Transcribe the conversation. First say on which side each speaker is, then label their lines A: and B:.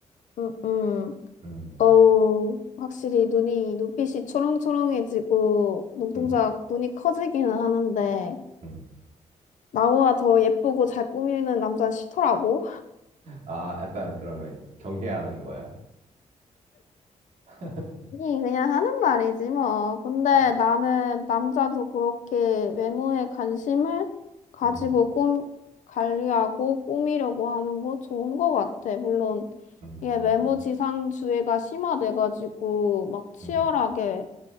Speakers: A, on the left; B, on the right.
A: 응 응.
B: 음,
A: 어우, 확실히 눈이, 눈빛이 초롱초롱해지고, 눈동자,
B: 음,
A: 눈이 커지기는 하는데,
B: 음.
A: 나보다 더 예쁘고 잘 꾸미는 남자는 싫더라고.
B: 아, 약간 그러면 경계하는 거야? <laughs>
A: 이 그냥 하는 말이지 뭐. 근데
B: 아,
A: 나는 남자도 그렇게 외모에 관심을 가지고
B: 음,
A: 꿈 관리하고 꾸미려고 하는 거 좋은 거 같아. 물론
B: 음,
A: 이게 외모 지상주의가 심화돼가지고 막 치열하게
B: 음.